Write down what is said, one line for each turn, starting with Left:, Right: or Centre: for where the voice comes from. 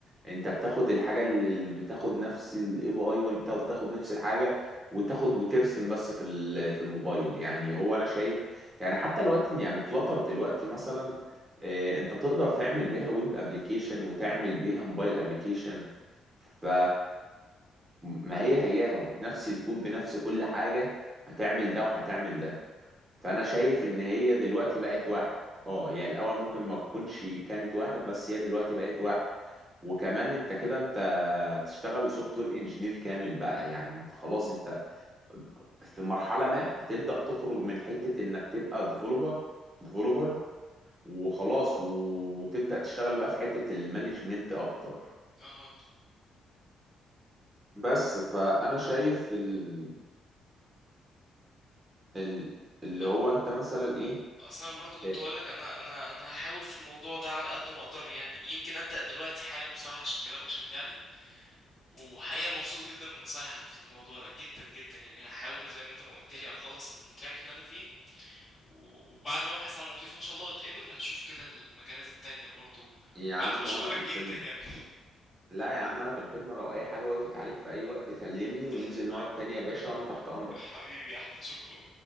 Right: انت بتاخد الحاجه اللي بتاخد نفس الاي بي اي وانت بتاخد نفس الحاجه وتاخد وترسم بس في ال- في الموبايل يعني هو انا شايف يعني حتى دلوقتي يعني فلاتر دلوقتي مثلا اه، انت تقدر تعمل بيها ويب ابلكيشن وتعمل بيها موبايل ابلكيشن ف ما هي هياها بنفس الكود بنفس كل حاجه هتعمل ده وهتعمل ده فانا شايف ان هي دلوقتي بقت واحد اه هي الاول ممكن ما تكونش كانت واحد بس هي دلوقتي بقت واحد وكمان انت كده انت تشتغل سوفت وير انجينير كامل بقى يعني انت خلاص انت في مرحلة ما هتبدأ تخرج من حتة انك تبقى ديفلوبر ديفلوبر وخلاص وتبدأ تشتغل بقى في حتة المانجمنت اكتر
Left: اها
Right: بس فانا شايف ال... ال... اللي
Left: طب
Right: هو انت مثلا ايه
Left: اصلا انا برضه كنت
Right: إيه
Left: هقول لك انا انا انا هحاول في الموضوع ده على قد ما اقدر يعني يمكن ابدا دلوقتي حالا بصراحه عشان كلامك شجعني وحقيقه مبسوط جدا من نصايحك في الموضوع ده جدا جدا يعني هحاول زي ما انت ما قلت لي هخلص التراك اللي انا فيه وبعد ما ابحث عن وظيفه ان شاء الله واتقبل هشوف كده المجالات التانية برضه
Right: يا
Left: وبجد
Right: عم
Left: بشكرك
Right: وانا في الخدمة
Left: جدا يعني
Right: لا يا عم انا في الخدمه لو اي حاجه وقفت عليك في اي وقت كلمني
Left: <laughs>
Right: وننزل نقعد تاني يا باشا وانا تحت امرك
Left: حبيبي يا أحمد شكرا